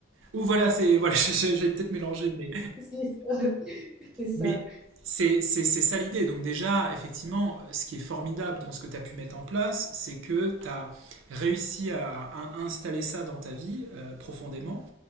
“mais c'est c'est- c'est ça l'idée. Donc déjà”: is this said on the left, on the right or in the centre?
Right